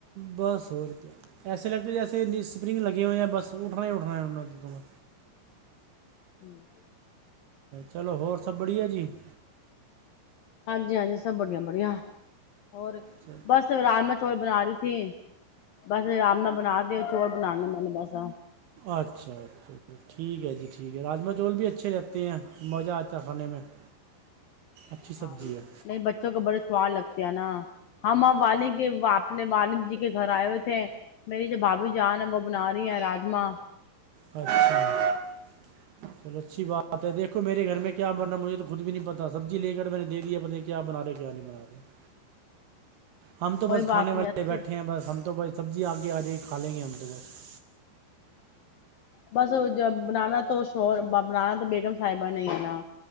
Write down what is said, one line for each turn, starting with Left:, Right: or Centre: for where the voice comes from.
Right: بس ہو روپیہ ایسے لگتے جیسے اسپرنگ لگے ہوئے ہیںیا بس اٹھنا ہی اٹھنا ہے ان نے
Left: ہوں <inaudible>
Right: چلو ہوور سب بڑییا جی <inaudible>
Left: ہاں جی ہاں جی سب بڑیا بڑیا <inaudible> اور
Right: چلو
Left: بس رام <inaudible> بنا رہی تھی بس رام میں <inaudible> بنا چوور بناے نے بس <inaudible>
Right: اچھا اچھا ٹھیک ہے جی ٹھیک <inaudible> یہ راما چاول بھی اچھے لگتے ہیں <inaudible> مزہ آتا کھانے میں <inaudible> اچھی سبزی
Left: ہاں
Right: ہے
Left: نہیں بچوں کو بڑے سواد لگتے ہیں نا <inaudible> ہم ہماں والک اپنے والد جی کے گھر آئے ہوئے تھے میری جو بھابھی جان ہے وہ بنا رہی ہیں راجما <inaudible>
Right: اچھا <inaudible> چلو اچھی بات ہے دیکھو میرے گھر میں کیا بننا مجھے تو خود بھی نہیں پتا سبزی لے کر میں نے دے دیا پت نہیں کیا بنا رہے کیا نہیں بنا رہے <inaudible> ہم تو بس
Left: کوئی بات
Right: کھانے
Left: نہیں
Right: والے
Left: اچھی
Right: بیٹھے ہیں بس ہم تو بس سبزی آگے آ جائی ہی کھا لیں گے ہم مس <inaudible>
Left: بس بنانا تو بنانا تو بیگم <inaudible> صاحبہ نہیں ہے